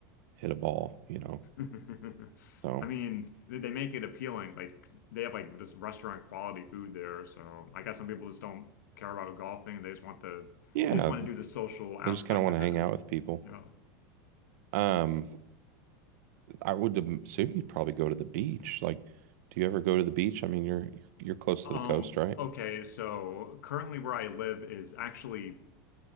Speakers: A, on the right (about 65°); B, on the left (about 85°).
A: hit a ball, you know?
B: <laughs>
A: So
B: I mean, they they make it appealing. Like they have like just restaurant quality food there. So I guess some people just don't care about golfing. They just want the
A: yeah,
B: they just want to do the social aspect
A: they just kind of want
B: of
A: to hang
B: it,
A: out with people.
B: you know.
A: Um, I would assume you'd probably go to the beach. Like, do you ever go to the beach? I mean, you're you're close
B: Um,
A: to the coast, right?
B: okay, so currently where I live is actually